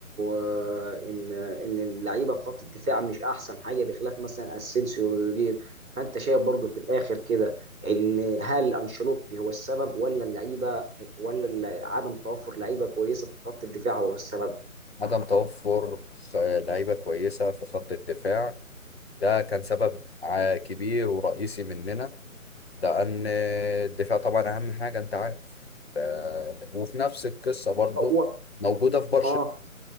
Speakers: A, in the centre; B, on the left.
A: آه، ان ان اللعيبه في خط الدفاع مش احسن حاجه بخلاف مثلا اسينسيو وروديجير فانت شايف برضه في الاخر كده ان هل انشيلوتي هو السبب ولا اللعيبه ولا ال- عدم توفر لعيبه كويسه في خط الدفاع هو السبب
B: عدم توفر خ- لعيبة كويسة في خط الدفاع ده كان سبب ع- كبير ورئيسي مننا لأن الدفاع طبعا أهم حاجة أنت عارف ف- وفي نفس القصة برضو
A: هو
B: موجودة في برشلونة
A: اه